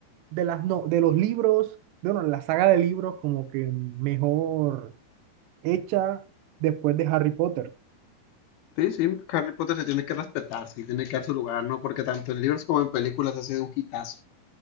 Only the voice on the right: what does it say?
de las, no, de los libros, de, bueno, la saga de libros como que mejor hecha después de Harry Potter.